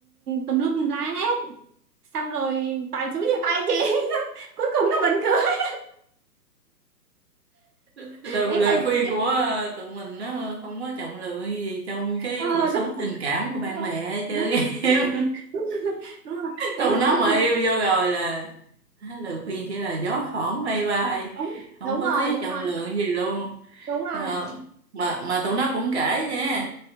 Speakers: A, on the right; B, on the right.
A: tùm lum tùm la hết xong rồi toàn xuống chia tay chị <laughs> cuối cùng nó vẫn cười
B: <laughs> lời
A: ấy
B: lời
A: là kiểu
B: khuyên
A: thế.
B: của ờ, tụi mình nó không có trọng lượng gì trong cái
A: ờ
B: cuộc sống
A: đúng
B: tình cảm của bạn
A: đúng rồi.
B: bè hết trơn
A: đúng
B: em
A: đúng đúng rồi đấy
B: tụi
A: là
B: nó
A: cuối
B: mà
A: cùng
B: yêu vô rồi là á, lời khuyên chỉ là gió thoảng bay bay
A: đúng
B: không
A: đúng
B: có
A: rồi
B: thấy
A: đúng
B: trọng
A: rồi
B: lượng gì luôn
A: đúng rồi
B: Ờ, mà mà tụi nó cũng kể nha